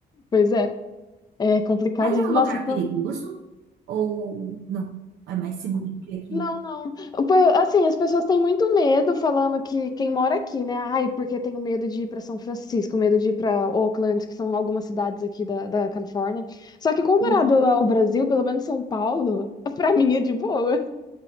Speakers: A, on the left; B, on the right.
A: Pois é, é complicadíssimo.
B: Aí é um lugar
A: Nossa, tô...
B: perigoso ou não? É mais seguro do que aqui.
A: Não, não. Pô, Assim, as pessoas têm muito medo falando que quem mora aqui, né? Ai, porque tenho medo de ir para São Francisco, medo de ir para Oakland, que são algumas cidades aqui da, da Califórnia. Só que comparado
B: Uhum.
A: ao Brasil, pelo menos São Paulo, <laughs> para mim é de boa.